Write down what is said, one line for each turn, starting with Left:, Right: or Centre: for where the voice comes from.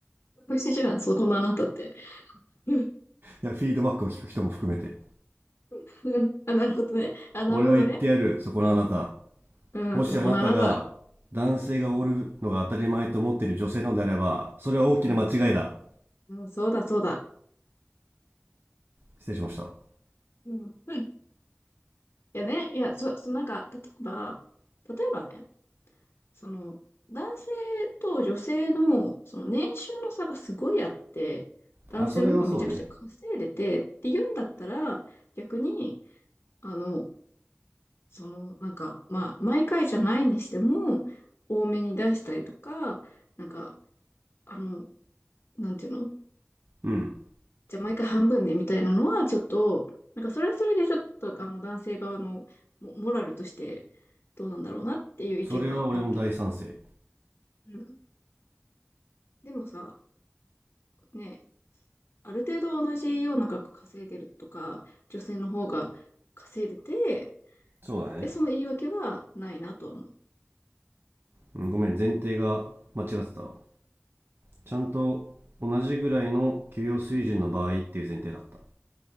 Left: 美味しいじゃん、そこのあなたって。うん。
Right: いや、フィードバックを聞く人も含めて。
Left: <laughs> うん。あ、なるほどね。あ、なるほどね。
Right: 俺は言ってやる、そこのあなた。
Left: うん、うん。
Right: もしあなたが、
Left: うん、そこのあなた。
Right: 男性がおるのが当たり前と思っている女性なのであれば、それは大きな間違いだ。
Left: うん。うん、そうだ、そうだ。
Right: 失礼しました。
Left: うん。うん。いやね、いや、そ、そ、なんか、例えば、例えばね、その、男性と女性の、その年収の差がすごいあって、男性の方がめちゃくちゃ稼いでてって言うんだったら、
Right: あ、それはそうね。
Left: 逆に、あの、その、なんか、まあ、毎回じゃないにしても、多めに出したりとか、なんか、あの、なんていうの
Right: うん。
Left: じゃあ毎回半分ね、みたいなのは、ちょっと、なんか、それはそれでちょっと、あの、男性側のモ、モラルとして、どうなんだろうなっていう意見はあるけど、
Right: それは俺も大賛成。
Left: うん。でもさ、ね、ある程度同じような額稼いでるとか、女性の方が稼いでて、
Right: そうだね。
Left: で、その言い訳はないなとは思う。
Right: うんごめん、前提が間違ってたちゃんと同じぐらいの給与水準の場合っていう前提だった。